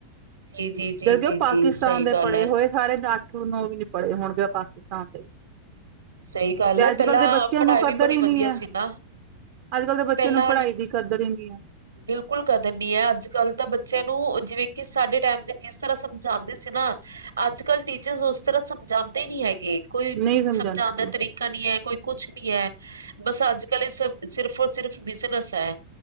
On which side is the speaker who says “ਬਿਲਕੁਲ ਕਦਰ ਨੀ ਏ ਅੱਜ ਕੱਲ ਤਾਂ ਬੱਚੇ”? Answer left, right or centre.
Right